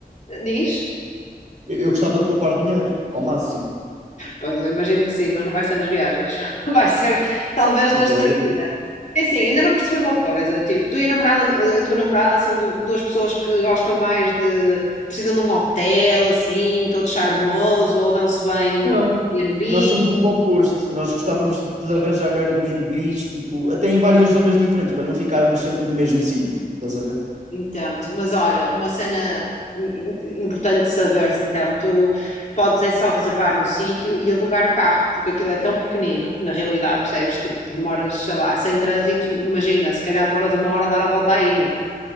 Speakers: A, on the left; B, on the right.
A: diz.
B: Eu, eu gostava de poupar dinheiro, ao máximo.
A: Pois, eu imagino que sim, mas não vai ser nas viagens. <laughs> Vai ser talvez
B: Mas
A: na estadia.
B: as viagens-
A: É assim, ainda não percebi uma coisa, tipo, tu e a namorada, a tua namorada são du- duas pessoas que gostam mais de, precisam de um hotel, assim, todo charmoso, ou dão-se bem
B: Não.
A: num Airbnb,
B: Nós somos o oposto. Nós gostávamos de arranjar Airbnbs, tipo, até em várias zonas diferentes, para não ficarmos sempre no mesmo sítio. Estás a ver?
A: Entendo, mas olha, uma cena im- importante de saberes, então, tu podes é só reservar um sítio e alugar carro, porque aquilo é tão pequenino, na realidade, percebes? Tipo, tu demoras, sei lá, sem trânsito, imagina, se calhar demoras uma hora a dar a volta à ilha,